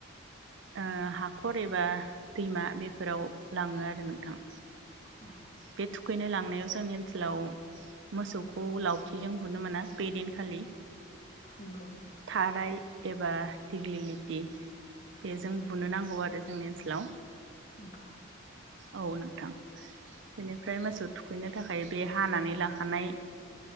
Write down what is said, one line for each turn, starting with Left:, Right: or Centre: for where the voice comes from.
Right: ओ हाखर एबा दैमा बेफोराव लाङो आरो नोंथां।
Left: उम।
Right: बे थुखैनो लांनायाव जोंनि ओनसोलाव मोसौखौ लावथिजों बुनो मोना बै दिनखालि।
Left: नोंगौ।
Right: खाराय एबा दिग्लिलिटि बेजों बुनो नांगौ आरो जोंनि ओनसोलाव।
Left: नोंगौ।
Right: औ नोंथां। बेनिफ्राय मोसौ थुखैनो थाखाय बे हानानै लाखानाय